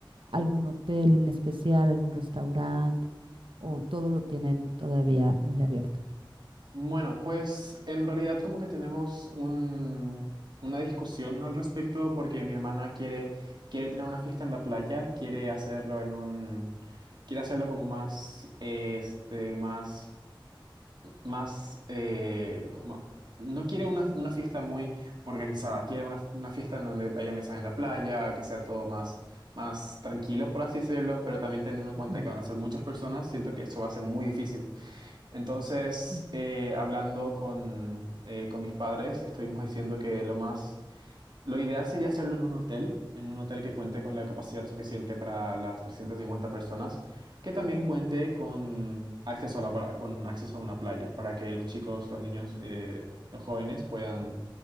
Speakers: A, on the right (about 75°); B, on the right (about 60°).
A: ¿Algún hotel en especial, algún restaurante? o todo lo tienen todavía muy abierto?
B: Bueno, pues en realidad como que tenemos un, una discusión al respecto porque mi hermana quiere, quiere tener una fiesta en la playa, quiere hacerlo en un... Quiere hacerlo como más, este, más más, eh, como- no quiere una, una fiesta muy organizada, quiere una, una fiesta en donde haya mesas en la playa, que sea todo más, más tranquilo, por así decirlo, pero también teniendo en cuenta
A: Ujú,
B: que van a ser muchas personas, siento que eso va a ser muy difícil. Entonces,
A: ujú,
B: eh, hablando con, eh, con mis padres, estuvimos diciendo que lo más... Lo ideal sería hacerlo en un hotel, en un hotel que cuente con la capacidad suficiente para las 350 personas, que también
A: ujú,
B: cuente con acceso a la, pla- con acceso a una playa, para que los chicos, los niños, eh, los jóvenes puedan